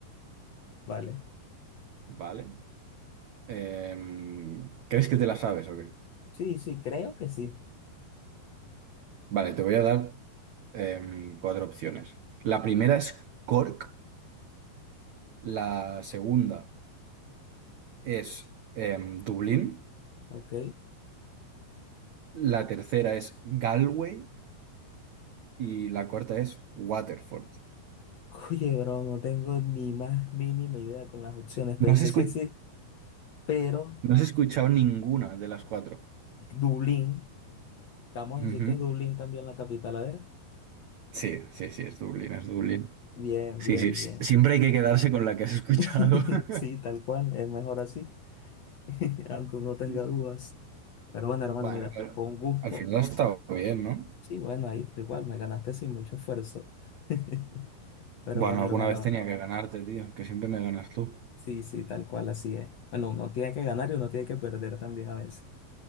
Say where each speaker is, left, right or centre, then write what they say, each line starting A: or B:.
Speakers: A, on the left; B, on the right.
A: Vale.
B: ¿vale? Em, ¿crees que te la sabes o qué?
A: Sí, sí, creo que sí.
B: Vale, te voy a dar em, cuatro opciones. La primera es Cork, la segunda es em, Dublín.
A: Ok.
B: La tercera es Galway y la cuarta es Waterford.
A: Oye, bro, no tengo ni más mínima idea con las opciones. Pensé
B: No has escu-
A: que sí, pero
B: no has escuchado ninguna de las cuatro.
A: Dublín, estamos
B: Ujú.
A: a decir que es Dublín también la capital, a ver.
B: Sí, sí, sí, es Dublín, es Dublín.
A: Bien,
B: Sí,
A: bien,
B: sí, sí,
A: bien.
B: siempre hay que quedarse con la que has escuchado.
A: <laughs>
B: <laughs>
A: Sí, tal cual, es mejor así, <laughs> aunque uno tenga
B: Sí, sí.
A: dudas. Pero bueno, hermano,
B: Bueno,
A: mira,
B: pero
A: con gusto.
B: al final ha estado bien, ¿no?
A: Sí, bueno, ahí igual me ganaste sin mucho esfuerzo. <laughs> Pero
B: Bueno,
A: bueno,
B: alguna
A: hermano.
B: vez tenía que ganarte, tío, que siempre me ganas tú.
A: Sí, sí, tal cual, así es. Bueno, uno tiene que ganar y uno tiene que perder también a veces.